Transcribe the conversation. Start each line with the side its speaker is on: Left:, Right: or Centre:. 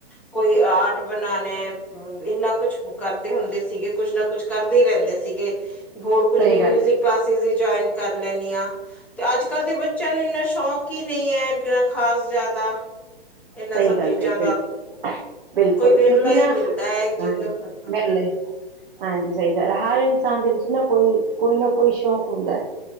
Centre: ਕੋਈ ਆਰਟ ਬਣਾਣੇ। ਇੰਨਾ ਕੁੱਛ ਕਰਦੇ ਹੁੰਦੇ ਸੀਗੇ ਕੁੱਛ ਨਾ ਕੁੱਛ ਕਰਦੇ ਹੀ ਰਹਿੰਦੇ ਸੀਗੇ। ਹੋਰ ਕੁਝ
Right: ਸਹੀ
Centre: ਨ ਮਿਊਜਿਕ
Right: ਗੱਲ,
Centre: ਜੁਇਨ ਕਰ ਲੈਣੀ ਆ। ਤੇ ਅੱਜ ਕਲ ਦੇ ਬੱਚਿਆਂ ਨੂੰ ਇੰਨਾ ਸ਼ੌਕ ਹੀ ਨਹੀਂ ਹੈ ਖਾਸ ਜ਼ਿਆਦਾ। ਇਹਨਾਂ
Right: ਸਹੀ
Centre: ਸਭ
Right: ਗੱਲ
Centre: ਚੀਜ਼ਾਂ
Right: ਕਹੀ
Centre: ਦਾ।
Right: ਬਿਲ ਬਿਲਕੁਲ
Centre: ਕੋਈ ਵਿਰਲਾ
Right: ਕਿਉਂਕਿ
Centre: ਹੀ
Right: ਨਾ,
Centre: ਮਿਲਦਾ
Right: ਹਾਂਜੀ।
Centre: ਹੈ ਜਿੰਦ ਹਾਂ
Right: ਮਿਲ ਲਈ ਹਾਂਜੀ ਸਹੀ ਗੱਲ ਹੈ, ਹਰ ਇਨਸਾਨ ਦੇ ਵਿੱਚ ਨਾ ਕੋਈ ਨਾ ਕੋਈ ਸ਼ੌਕ ਹੁੰਦਾ ਹੈ।